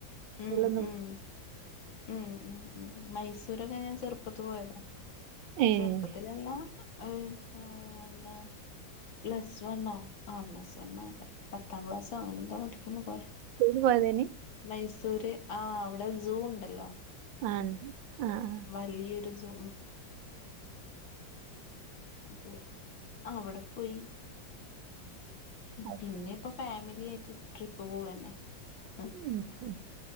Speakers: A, on the left; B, on the right.
A: ഉം
B: വള്ളൊ
A: ഉം ഉം ഉ ഉ മൈസൂരൊക്കെ ഞാൻ ചെറുപ്പത്ത് പോയതാ
B: ഏഹ്
A: ചെറുപ്പത്തിലല്ല ഒരു എന്താ പ്ലസ് വണ്ണോ ആ പ്ലസ് വണ്ണാല്ല പത്താം ക്ലാസ്സോ അങ്ങനെ എന്തോ പഠിക്കുമ്പോൾ പോയ
B: ടൂർ പോയതയ്നി
A: മൈസൂര് ആഹ് അവിടെ സൂ ഉണ്ട്. ല്ലോ?
B: ആഹ ആഹ ആ
A: വലിയൊരു സോ അത് അവിടെ പോയി.
B: ആഹ്
A: പിന്നെപ്പ ഫാമിലി ആയിട്ട് ട്രിപ്പ് പോവന്നെ. ഹഹ
B: ഉം ഉം